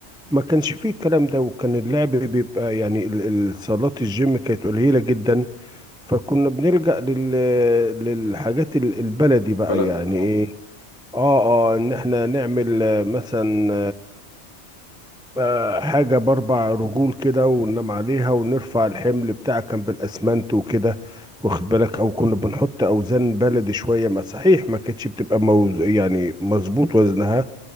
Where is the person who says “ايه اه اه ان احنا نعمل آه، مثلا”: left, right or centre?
Centre